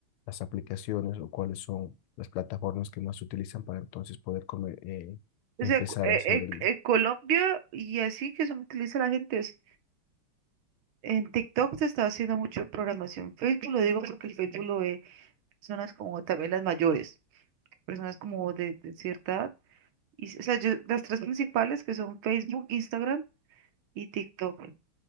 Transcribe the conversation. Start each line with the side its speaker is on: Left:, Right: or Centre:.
Left: las aplicaciones o cuáles son las plataformas que más se utilizan para entonces poder comer eh,
Right: O
Left: empezar
Right: sea, cu- eh,
Left: a hacer
Right: eh,
Left: el...
Right: eh, Colombia y así que se utiliza la gente es- En TikTok se está haciendo mucho programación. Facebook lo digo porque el Facebook lo ve personas como también las mayores. personas como de, de cierta edad. Y, o sea, yo- las tres principales que son Facebook, Instagram y TikTok,